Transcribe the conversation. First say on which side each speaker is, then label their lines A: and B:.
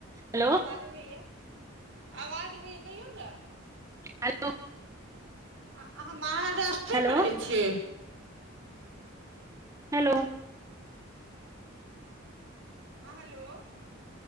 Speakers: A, on the right; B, on the right.
A: हेलो
B: आवाज अबैया, आवाज अबैया, कहियौ ने।
A: हेल
B: आ अहाँ महाराष्ट्रेमे
A: हेलो
B: रहैत छियै?
A: हेलो!
B: हँ, हेलो!